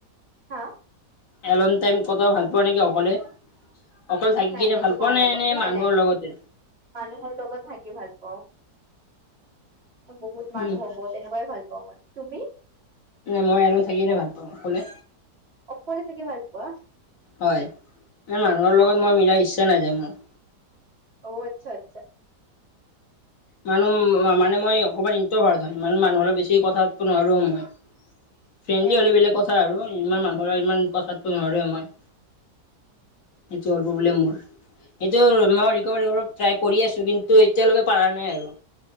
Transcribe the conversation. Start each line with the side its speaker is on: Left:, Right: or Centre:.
Right: হা?
Left: এলন টাইম কথা ভাল পোৱা নেকি অকলে? অকলে থাকি
Right: নাই
Left: কিনে
Right: সেইটো
Left: ভাল পোৱা নে
Right: নাপাওঁ
Left: এনে
Right: নাই
Left: মানুহৰ
Right: নাই
Left: লগতে?
Right: মানুহৰ লগত থাকি ভাল পাওঁ, বহুত মানুহৰ
Left: উম,
Right: তেনেকুৱাই ভাল পাওঁ মই, তুমি?
Left: মই এনে থাকি ভাল পাওঁ অকলে।
Right: অকলে থাকি ভাল পোৱা?
Left: হয়, মই মানুহৰ লগত
Right: অ',
Left: মই মিলা ইচ্ছা নাযায় মোৰ।
Right: অ' আচ্ছা আচ্ছা।
Left: মানুহ মানে মই অকমান ইন্ত্ৰভাৰ্ত, মানুহৰ লগত বেছি কথা পাতিব নোৱাৰোঁ মই। ফ্ৰেণ্ডলি
Right: অ',
Left: হ'লে
Right: অ'।
Left: বেলেগ কথা আৰু ইমান মানুহৰ লগত ইমান কথা পাতিব নোৱাৰোৱে মই। সেইটো হল প্ৰব্লেম মোৰ, এইটো মই ৰিকভাৰি ট্ৰাই কৰি আছো, কিন্তু এতিয়ালেকে পাৰা নাই আৰু।